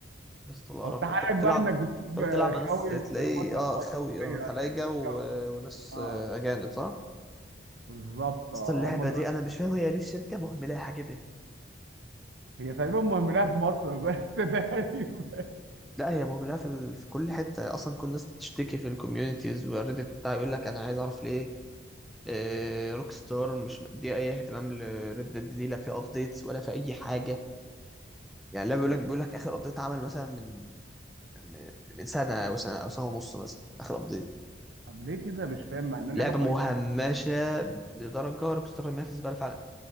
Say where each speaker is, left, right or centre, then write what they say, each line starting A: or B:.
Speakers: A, in the centre; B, on the right.
A: يا اسطى القرف
B: هو انت حالك
A: ده بتلعب تلعب
B: بقى انك تشوف
A: تقعد تلعب مع ناس
B: خاوي
A: تلاقي
B: اخواتنا
A: اه
B: بتوع
A: خوي
B: الشرقيه
A: اه خلايجه
B: يعني
A: و...
B: خاوي.
A: وناس
B: اه
A: آه، اجانب صح؟
B: بالظبط
A: اصل
B: اه
A: اللعبه
B: هم دول
A: دي انا مش فاهم هي ليه الشركه مهملاها كده
B: هي تقريبا مهملها في مصر بس <laughs> تقريبا
A: لا هي مهملة في, في كل حتة أصلا كل الناس بتشتكي في الكوميونيتيز والريديت وبتاع يقول لك أنا عايز أعرف ليه إيه روك ستار مش مديه أي اهتمام لريد ديد دي لا في أبديتس ولا في أي حاجة يعني لا بيقول لك بيقول لك آخر أبديت عمل مثلا من من من سنة أو سنة أو سنة ونص مثلا آخر أبديت
B: طب ليه كده مش فاهم مع انها
A: لعبة
B: لعبه كويسه
A: مهمشة لدرجة روك ستار ما في زبالة فعلا